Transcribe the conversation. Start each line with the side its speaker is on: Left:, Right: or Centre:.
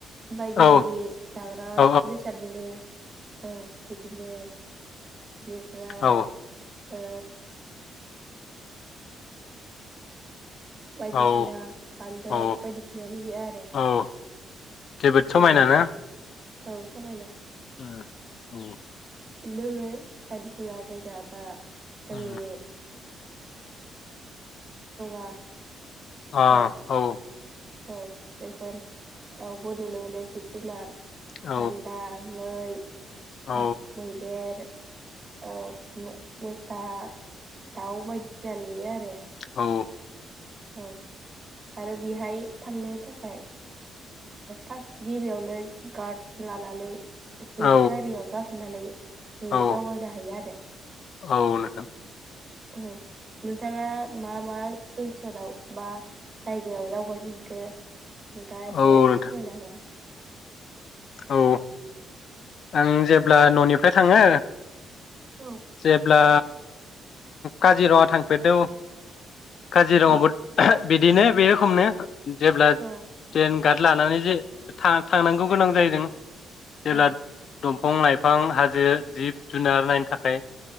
Right: बायदि
Left: औ
Right: बायदि जाग्रा
Left: औ
Right: बेसाद मोनो औ बिदिनो बेनिफ्राय
Left: औ
Right: ओ <unintelligible> बायदिसिना
Left: औ
Right: बान्दोर
Left: औ
Right: बायदिसिना नुयो आरो
Left: औ जोबोद समायना
Right: औ नोंथां
Left: ना
Right: औ समायना
Left: ए औ
Right: दोङो बायदिसिना जायगा जा जोंनि
Left: उम
Right: <unintelligible> <unintelligible>
Left: आ
Right: पार्क
Left: औ
Right: औ बेफोर औबो नुनो मोनो जिब जुनार
Left: औ
Right: गानदा मै
Left: औ
Right: हाथ मैदेर औ मोसा दाउ बायदिसिना नुयो आरो
Left: औ
Right: औ आरो बेहाय थांनो थाखाय फार्स्ट गिबियावनो गार्ड लानानै जिब
Left: औ
Right: गारियाव गाखोनानै
Left: औ
Right: दावबायनो हायो आरो
Left: औ नोंथां
Right: औ नोंथाङा मा मा ओनसोलाव बा जायगायाव दावबायनो मोनखो नोंथाङा‌ एसे
Left: औ नोंथां
Right: फोरमायनांगोन
Left: औ आं जेब्ला ननिफ्राय थाङो
Right: औ
Left: जेब्ला काजिरङा थांफेरदों काजिरङायावबो
Right: औ
Left: बिदिनो बे रोखोमनो जेब्ला
Right: औ
Left: <unintelligible> रेन गार्ड लानानै जे थांनांगौ गोनां जाहैदों
Right: औ
Left: ला द <unintelligible> बिफां लाइफां हाजो जिब जुनार नायनो थाखाय